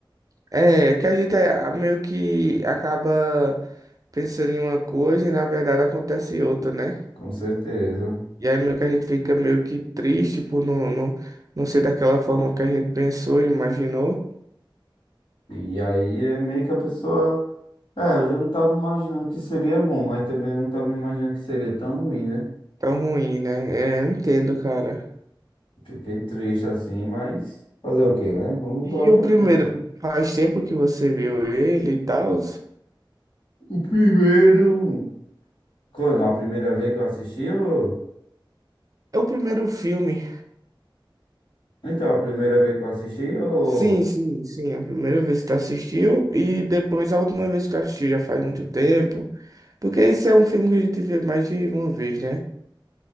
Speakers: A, on the right (about 40°); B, on the left (about 85°).
A: É, que a gente é- meio que acaba pensando em uma coisa e na verdade acontece outra, né?
B: Com certeza.
A: E aí meio que a gente fica meio que triste por não, não, não ser daquela forma que a gente pensou e imaginou.
B: E aí é meio que a pessoa. É, eu já não tava imaginando que seria bom, mas também não tava imaginando que seria tão ruim, né?
A: Tão ruim, né? É, eu entendo, cara.
B: Fiquei triste assim, mas fazer o quê, né? Vamos embora
A: E o
B: pra
A: primeiro,
B: frente.
A: faz tempo que você viu ele e tal?
B: O primeiro. Quando? A primeira vez que eu assisti, ou...
A: É o primeiro filme.
B: Então, a primeira vez que eu assisti, ou...
A: Sim, sim, sim. A primeira vez que tu assistiu e depois a última vez que tu assistiu já faz muito tempo. Porque esse é um filme que a gente vê mais de uma vez, né?